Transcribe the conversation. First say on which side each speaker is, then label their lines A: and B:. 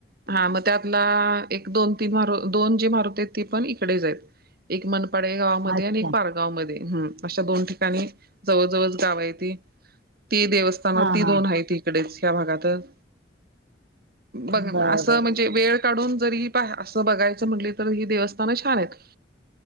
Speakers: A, on the right (about 55°); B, on the right (about 70°).
A: हा मग एक दोन तीन मार दोन जी मारुत आहेत ती पण इकडेच आहेत. एक मनपाडे गावामध्ये
B: अच्छा.
A: आणि एक पारगाव मध्ये हम अशा दोन ठिकाणी जवळ जवळच गाव आहे ते. ती देवस्थान
B: हां
A: ती
B: हां
A: दोन आहे तीकडेच भागातच बघ
B: बरं
A: अस
B: बरं.
A: म्हणजे वेळ काढून. जरी अस बघायचं म्हटली तर ही देवस्थान छान आहेत.